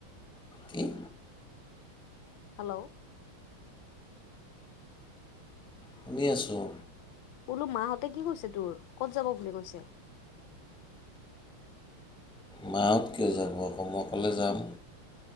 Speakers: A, in the centre; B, on the left.
A: কি?
B: হেল্ল'
A: শুনি আছোঁ।
B: বোলো মাহঁতে কি কৈছে তোৰ কত যাব বুলি কৈছে?
A: মাহঁত কিয় যাব মই অকলে যাম।